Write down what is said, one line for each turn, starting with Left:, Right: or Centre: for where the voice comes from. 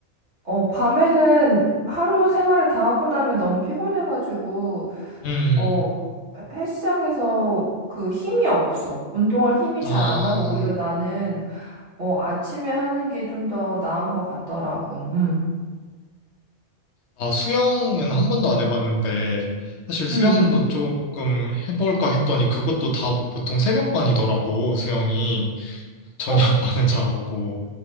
Right: 어, 밤에는 하루 생활을 다 하고 나면 너무 피곤해가지고,
Left: 음,
Right: 어, 헬스장에서 그 힘이 없어. 운동할 힘이 잘
Left: 아.
Right: 안 나서 오히려 나는 어, 아침에 하는 게 좀 더 나은 것 같더라고. 음,
Left: 아, 수영은 한 번도 안 해봤는데, 사실 수영도
Right: 음, 음.
Left: 조금 해볼까 했더니 그것도 다 보통 새벽반이더라고, 수영이. <laughs> 저녁반은
Right: 어,
Left: 잘 없고.